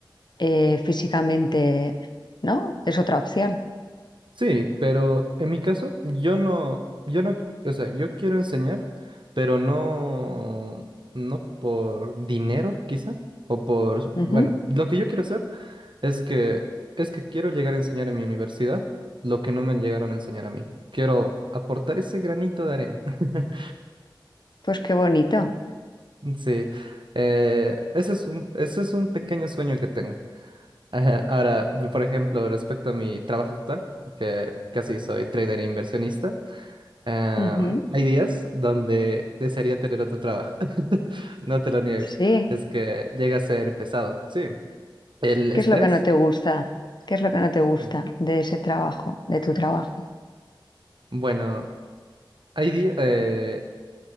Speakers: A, on the left; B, on the right.
A: eh, físicamente, ¿no? Es otra opción.
B: Sí, pero en mi caso, yo no, yo no, o sea, yo quiero enseñar, pero no, no por dinero, quizá, o por,
A: Ujú.
B: bueno, lo que yo quiero hacer es que, es que quiero llegar a enseñar en mi universidad lo que no me llegaron a enseñar a mí. Quiero aportar ese granito de arena. <laughs>
A: Pues qué bonito.
B: Sí, eh, ese es un, ese es un pequeño sueño que tengo. Ajá, Ahora, por ejemplo, respecto a mi trabajo actual, que casi soy trader e inversionista. Am,
A: Ujú.
B: hay días donde desearía tener otro trabajo. <laughs> No te lo niego.
A: Sí.
B: Es que llega a ser pesado. Sí. El estrés.
A: ¿Qué es lo que no te gusta? ¿Qué es lo que no te gusta
B: mm,
A: de ese trabajo, de tu trabajo?
B: Bueno, hay días. de-